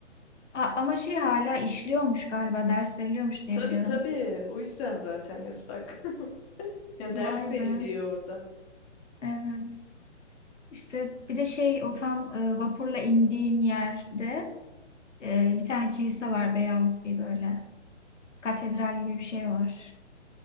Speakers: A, on the left; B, on the left.
A: a- ama şey hala işliyormuş galiba. Ders veriliyormuş diye
B: Tabii
A: biliyorum.
B: tabii. O yüzden zaten yasak. <laughs> Ya ders
A: Vay be.
B: veriliyor orada.
A: Evet. İşte bir de şey o tam e, vapurla indiğin yerde e, bir tane kilise var beyaz bir böyle. Katedral gibi bir şey var.